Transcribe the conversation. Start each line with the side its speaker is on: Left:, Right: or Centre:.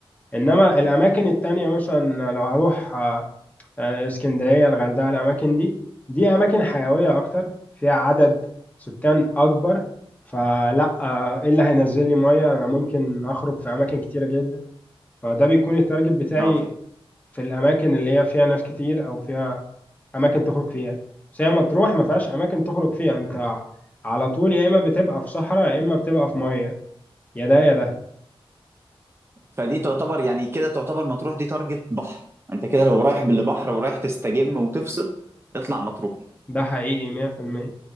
Left: انما الاماكن التانية مثلا لو هروح آه، آه، اسكندرية الغردقة الاماكن دي دي اماكن حيوية اكتر فيها عدد سكان اكبر فلا آه، ايه اللي هينزل لي مية انا ممكن اخرج في اماكن كتيرة جدا فده بيكون التارجت بتاعي
Right: اه
Left: في الاماكن اللي هي فيها ناس كتير او فيها اماكن تخرج فيها بس هي مطروح ما فيهاش اماكن تخرج فيها انت على طول يا اما بتبقى في صحراء يا اما بتبقى في مية يا ده يا ده
Right: فدي تعتبر يعني كده تعتبر مطروح دي تارجت بحر انت كده لو رايح بالبحر ورايح تستجم وتفصل اطلع مطروح
Left: ده حقيقي 100%